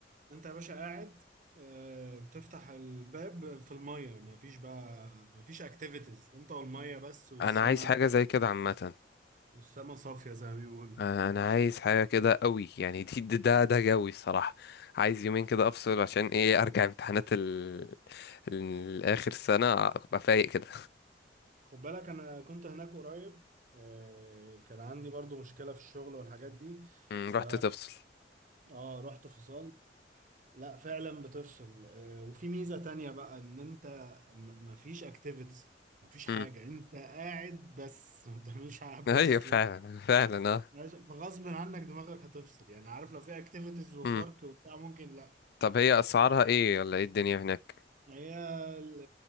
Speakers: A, on the right; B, on the left.
A: انت يا باشا قاعد آه، بتفتح الباب في المية مفيش بقى مفيش اكتيفيتيز انت والمية بس والسما
B: انا عايز حاجه زي كده عامه
A: والسما صافية زي ما بيقولوا
B: آه، انا عايز حاجه كده قوي يعني دي دي- ده ده جوي الصراحه عايز يومين كده افصل عشان ايه ارجع امتحانات ال... الاخر سنه ابقى فايق كده
A: خد بالك انا كنت هناك قريب آه، كان عندي برضو مشكلة في الشغل والحاجات دي
B: مم،
A: ف
B: رحت تفصل
A: اه رحت فصلت لا فعلا بتفصل آه، وفي ميزة تانية بقى ان انت م- مفيش اكتيفيتيز مفيش حاجة
B: مم.
A: انت قاعد بس ما بتعملش حاجة
B: <laughs>
A: باصص
B: ايوه فعلا فعلا اه
A: ماشي فغصب عنك دماغك هتفصل يعني عارف لو في اكتيفيتيز وفرق
B: مم.
A: وبتاع ممكن لا
B: طب هي اسعارها ايه ولا ايه الدنيا هناك
A: يعني هي ال-